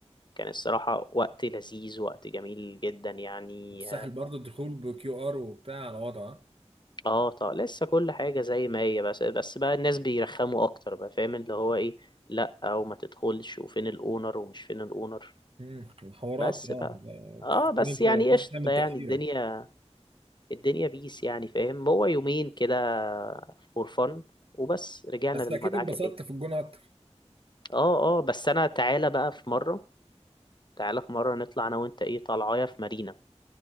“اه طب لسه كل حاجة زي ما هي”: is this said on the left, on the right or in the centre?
Left